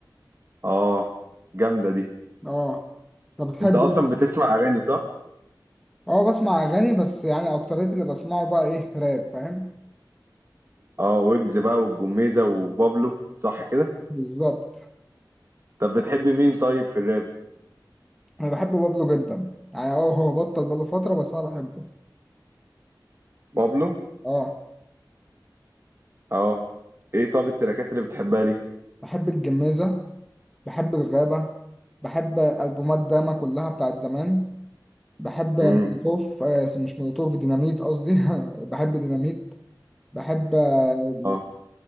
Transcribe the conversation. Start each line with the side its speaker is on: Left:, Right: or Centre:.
Right: اه جامده دي
Centre: اه طب بتحبه
Right: انت اصلا
Centre: انت؟
Right: بتسمع اغاني صح
Centre: اه بسمع أغاني بس يعني أكتريت اللي بسمعه بقى إيه راب فاهم
Right: اه ويجز بقى والجميزه وبابلو صح كده
Centre: بالظبط
Right: طب بتحب مين طيب في الراب
Centre: انا بحب بابلو جدا يعني اه هو بطل بقاله فترة بس انا بحبه
Right: بابلو
Centre: اه
Right: اه ايه طب التراكات اللي بتحبها
Centre: بحب الجميزة بحب الغابة بحب ألبومات داما كلها بتاعت زمان بحب مولوتوف
Right: ليه
Centre: آه مش مولوتوف ديناميت قصدي <laughs> بحب ديناميت بحب آه،
Right: اه